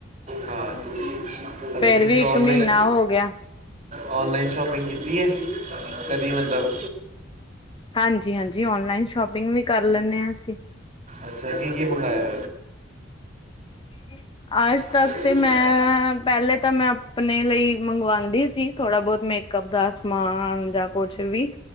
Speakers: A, on the right (about 40°); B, on the left (about 25°).
A: ਹਾਂ, ਅੱਛਾ
B: ਫੇਰ
A: ਤੁਸੀਂ
B: ਵੀ ਇੱਕ
A: ਔਨਲਾਈਨ
B: ਮਹੀਨਾ ਹੋ ਗਿਆ।
A: ਔਨਲਾਈਨ ਸ਼ਾਪਿੰਗ ਕੀਤੀ ਐ, ਕਦੀ ਮਤਲਬ।
B: ਹਾਂਜੀ-ਹਾਂਜੀ ਔਨਲਾਈਨ ਸ਼ੋਪਿੰਗ ਵੀ ਕਰ ਲੈਂਦੇ ਹਾਂ ਅਸੀਂ
A: ਅੱਛਾ, ਕੀ-ਕੀ ਮੰਗਾਇਆ?
B: <inaudible> ਅੱਜ ਤੱਕ
A: ਅੱਛਾ
B: ਤੇ ਮੈਂ, ਪੈਲੇ ਤਾਂ ਮੈਂ ਆਪਨੇ ਲਈ, ਮੰਗਵਾਂਦੀ ਸੀ ਥੋੜ੍ਹਾ ਬੋਤ ਮੇਕਅਪ ਦਾ ਸਮਾਨ ਜਾਂ ਕੁਛ ਵੀ।